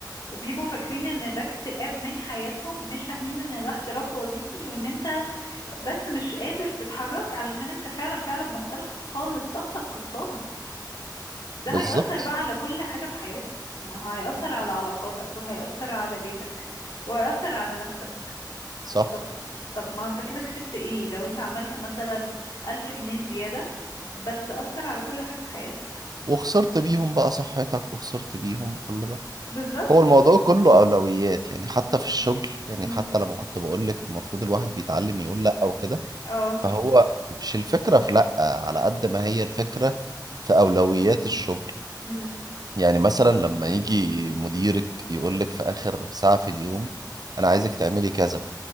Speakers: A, on the left (about 65°); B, on the right (about 60°).
A: وبيبقوا فاكرين ان ده اكتئاب من حياتهم مش فاهمين ان ده احتراق وظيفي وان انت بس مش قادر تتحرك علشان انت فعلا فعلا محترق خالص طاقتك خلصانة ده
B: بالظبط
A: هيأثر بقى على كل حاجة في حياتك ما هيأثر على علاقاتك وهيأثر على بيتك وهيأثر على نفسك
B: صح
A: طب طب ما انت كده كسبت ايه لو انت عملت مثلا ألف جنيه زيادة بس أثر على كل حاجة في حياتك
B: وخسرت بيهم بقى صحتك وخسرت بيهم كل ده
A: بالظبط
B: هو الموضوع كله أولويات يعني حتى في الشغل يعني
A: امم
B: حتى لما كنت بقول لك المفروض الواحد بيتعلم يقول لأ وكده
A: اه
B: فهو مش الفكرة في لأ على قد ما هي الفكرة في أولويات الشغل
A: امم
B: يعني مثلا لما يجي مديرك يقول لك في آخر ساعة في اليوم أنا عايزك تعملي كذا